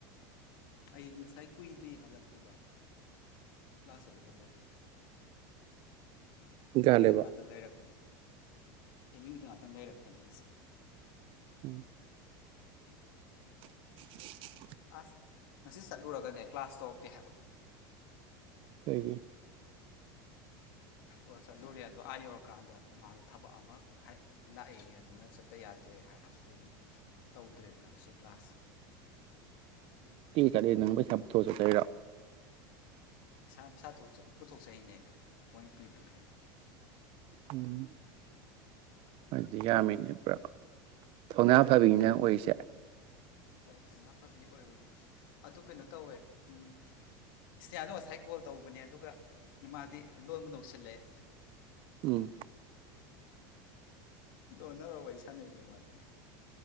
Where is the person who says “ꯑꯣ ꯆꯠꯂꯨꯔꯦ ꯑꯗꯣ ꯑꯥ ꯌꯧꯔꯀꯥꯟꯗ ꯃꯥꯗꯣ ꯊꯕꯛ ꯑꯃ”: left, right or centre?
Left